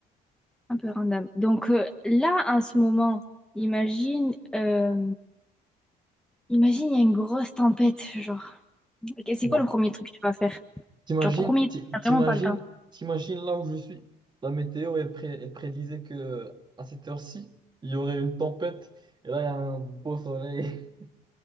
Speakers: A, in the centre; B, on the right (about 25°).
A: un peu random. Donc euh, là, en ce moment, imagine, euh, imagine, il y a une grosse tempête, genre. Ok, c'est
B: Ouais.
A: quoi le premier truc que tu vas faire?
B: T'imagines,
A: Genre premier,
B: t'i-
A: t'as
B: t'imagines,
A: vraiment pas le temps.
B: t'imagines là où je suis. La météo, elle, pré- elle prédisait que à cette heure-ci, il y aurait une tempête. Et là, il y a un beau soleil. <laughs>